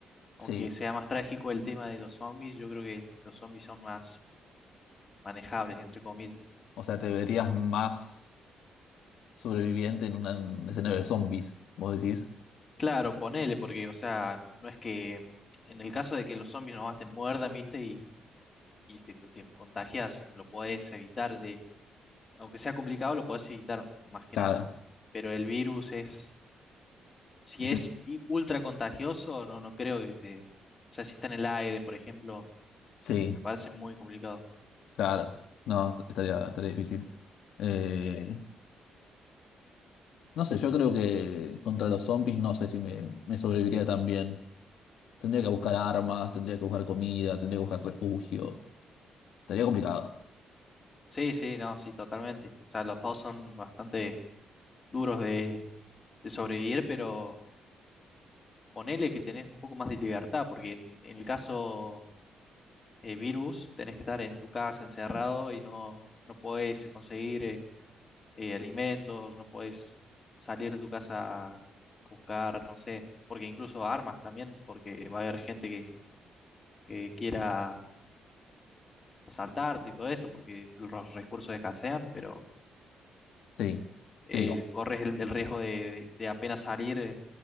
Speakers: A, on the left; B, on the left.
A: Sí.
B: Aunque sea más trágico el tema de los zombies, yo creo que los zombies son más manejables, entre comillas.
A: O sea, te verías más sobreviviente en una- un escenario de zombies, vos decís.
B: Claro, ponele, porque, o sea, no es que en el caso de que los zombies nomás te muerdan, viste, y, y te, te contagias, lo podés evitar de, aunque sea complicado, lo podés evitar, más que
A: Claro.
B: nada. Pero el virus es, si
A: Ese-
B: es i- ultra contagioso, no, no creo que se, o sea, si está en el aire, por ejemplo,
A: Sí,
B: me parece muy complicado.
A: claro. No, estaría, estaría difícil. Eh, no sé, yo creo que contra los zombies no sé si me, me sobreviviría también Tendría que buscar armas, tendría que buscar comida, tendría que buscar refugio. Sería complicado.
B: Sí, sí, no, sí, totalmente. O sea, los dos son bastante duros de, de sobrevivir, pero ponele que tenés un poco más de libertad, porque en, en el caso eh, virus tenés que estar en tu casa encerrado y no, no podés conseguir eh, eh, alimentos, no podés salir de tu casa a buscar, no sé, porque incluso armas también, porque va a haber gente que, que quiera asaltarte y todo eso, porque los recursos escasean, pero
A: Sí,
B: eh,
A: sí, co-
B: corres el, el riesgo de, de apenas salir. eh,